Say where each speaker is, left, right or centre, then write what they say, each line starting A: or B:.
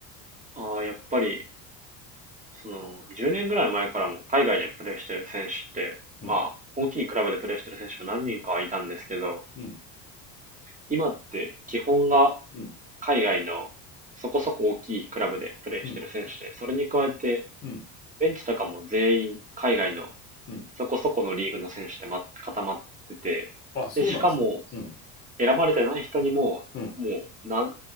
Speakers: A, on the right; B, on the left.
A: あーやっぱり、その、10年ぐらい前からも海外でプレーしてる選手って、
B: うん、
A: まあ、大きいクラブでプレーしてる選手も何人かはいたんですけど、
B: うん、
A: 今って基本が
B: うん、
A: 海外のそこそこ大きいクラブでプレーしてる選手で、
B: うん、
A: それに加えて
B: うん、
A: ベンチとかも全員海外の
B: うん。
A: そこそこのリーグの選手でま固まってて、
B: あ、そうなんですか。
A: で、しかも
B: うん、
A: 選ばれてない人にも、
B: うん、
A: もう何、